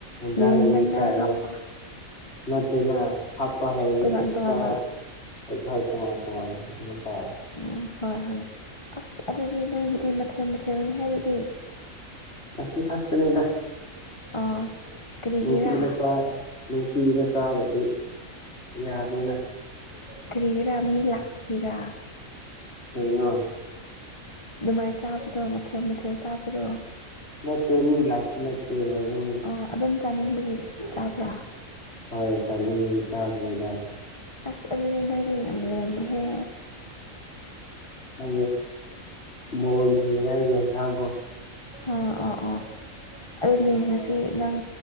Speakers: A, on the left; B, on the left.
A: ꯖꯅ
B: ꯌꯦꯟꯗ
A: ꯃꯤ
B: ꯉꯥ
A: ꯆꯕ
B: ꯍꯥꯞꯄ
A: <unintelligible> ꯅꯠꯇꯦꯗ ꯍꯥꯞꯄ ꯍꯥꯏꯗꯤ
B: ꯇꯣꯉꯥꯟ
A: ꯑꯦꯛꯁꯇ꯭ꯔꯥ
B: ꯇꯣꯉꯥꯟꯅ
A: ꯑꯩ ꯇꯣꯉꯥꯟ ꯇꯣꯉꯥꯟ ꯆꯉꯣ
B: ꯑꯣ ꯍꯣꯏ ꯍꯣꯏ ꯑꯁ ꯑꯗꯨꯗꯤ ꯅꯣꯏꯒꯤꯗꯤ ꯃꯊꯦꯜ ꯃꯊꯦꯜꯅꯤꯍꯦ ꯑꯗꯨꯗꯤ
A: ꯉꯁꯤ ꯈꯛꯇꯅꯤꯗ
B: ꯑꯥ ꯀꯔꯤꯒꯤꯔꯥ
A: ꯅꯨꯡꯇꯤꯒꯤ ꯆꯥ ꯅꯨꯡꯇꯤꯗ ꯆꯥꯕꯗꯤ ꯌꯥꯗꯦꯅ
B: <unintelligible>
A: ꯍꯩꯅꯣ
B: ꯑꯗꯨꯃꯥꯏꯅ ꯆꯥꯕꯗꯣ ꯃꯊꯦꯜ ꯃꯊꯦꯜ ꯆꯥꯕꯗꯣ
A: ꯅꯠꯇꯦ ꯃꯤ ꯂꯛꯄ ꯅꯠꯇꯦ ꯑꯗꯨꯝ
B: ꯑꯥ ꯑꯗꯨꯝ ꯆꯥꯅꯤꯡꯕꯒꯤ ꯆꯥꯕ꯭ꯔꯥ
A: ꯍꯣꯏ ꯆꯥꯅꯤꯡꯉ ꯆꯥꯕꯅꯤꯗ
B: ꯑꯁ ꯑꯗꯨꯗꯤ ꯅꯣꯏꯗꯤ ꯌꯥꯝ ꯂꯩꯔꯃꯦꯍꯦ
A: ꯅꯦ ꯣ ꯣꯜꯒ ꯁꯥꯡꯒꯣ
B: ꯑꯥ ꯑꯥ ꯑꯥ ꯑꯗꯨꯅꯦ ꯉꯁꯤ ꯅꯪ